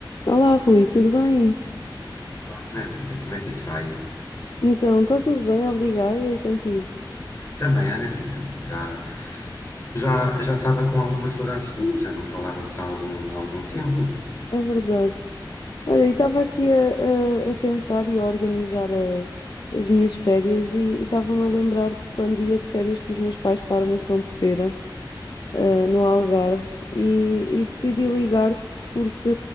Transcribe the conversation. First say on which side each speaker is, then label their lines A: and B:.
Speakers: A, on the left; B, on the left.
A: Olá, Rui, tudo bem?
B: Olá, Ana Rita, como é que isso vai?
A: Então, está tudo bem, obrigada, e contigo?
B: Também, Ana Rita, já já já estava com algumas saudades tuas, já não falávamos há algum, algum tempo.
A: É verdade. Olha, e estava aqui a, a- a pensar e a organizar a- as minhas férias e estava-me a lembrar de quando ia de férias com os meus pais para a Armação de Pera, ah, no Algarve, e, e decidi ligar-te porque,